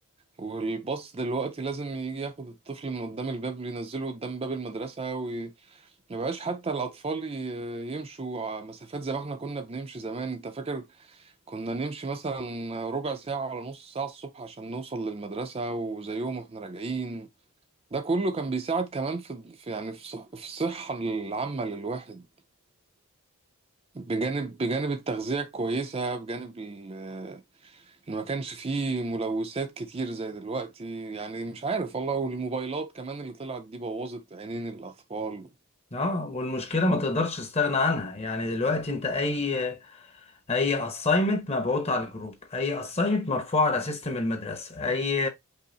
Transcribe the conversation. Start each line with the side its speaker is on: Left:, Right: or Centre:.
Right: والباص دلوقتي لازم يجي ياخد الطفل من قدام الباب ينزله قدام باب المدرسه وما بقاش حتى الاطفال ي- يمشوا ع- مسافات زي ما احنا كنا بنمشي زمان انت فاكر كنا نمشي مثلا ربع ساعه ولا نص ساعه الصبح عشان نوصل للمدرسه وزيهم واحنا راجعين ده كله كان بيساعد كمان في في يعني في صح- في الصحه العامه للواحد بجانب بجانب التغذية كويسة بجانب ال- إن ما كانش فيه ملوثات كتير زي دلوقتي يعني مش عارف والله والموبايلات كمان اللي طلعت دي بوظت عينين الأطفال
Left: اه والمشكله ما تقدرش تستغنى عنها يعني دلوقتي انت اي اي اساينمنت مبعوت على الجروب اي اساينمنت مرفوع على سيستم المدرسه اي